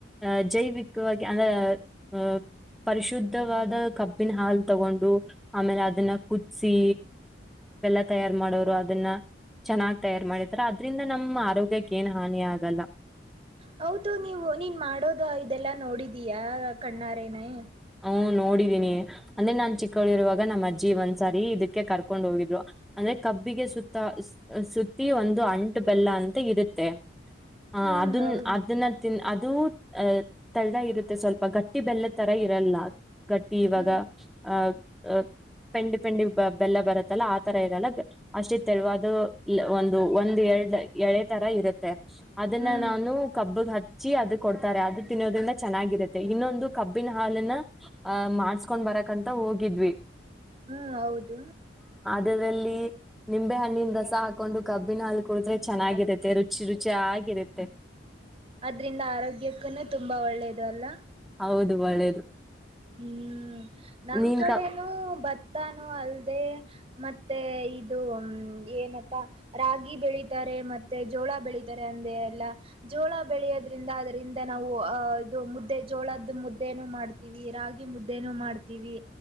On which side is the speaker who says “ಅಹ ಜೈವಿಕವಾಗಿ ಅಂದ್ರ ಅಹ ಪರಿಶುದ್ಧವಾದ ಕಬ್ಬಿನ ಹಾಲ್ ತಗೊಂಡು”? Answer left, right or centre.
Centre